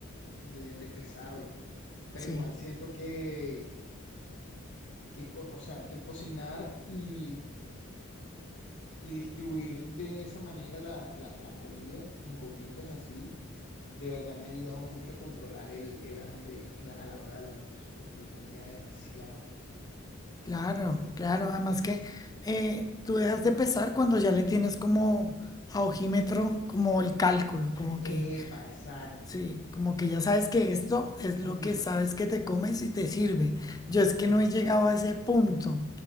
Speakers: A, on the left (about 60°); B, on the left (about 20°).
A: de, de pesarlo. Pero
B: Sí.
A: igual siento que, que co- o sea, que cocinar y Y distribuir de esa manera la, la- la comida en coquitas así, de verdad me ha ayudado mucho a controlar el, el hambre en la- a la hora del almuerzo, porque yo comía demasiado.
B: Claro, claro. Además que eh, tú dejas de pesar cuando ya le tienes como a ojímetro, como el cálculo, como
A: Epa,
B: que,
A: exacto.
B: sí, como que ya sabes que esto es lo
A: Ujú,
B: que sabes que te comes y te sirve. Yo es que
A: exacto.
B: no he llegado a ese punto.